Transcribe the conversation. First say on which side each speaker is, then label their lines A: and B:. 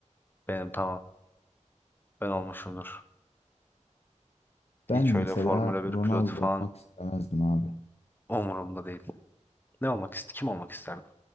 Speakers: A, on the left (about 15°); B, on the left (about 55°).
A: benim tamam ben olmuşumdur.
B: Ben
A: Hiç
B: mesela
A: öyle Formula bir
B: Ronaldo
A: pilotu falan
B: olmak istemezdim abi.
A: umurumda değil. Ne olmak ist kim olmak isterdim?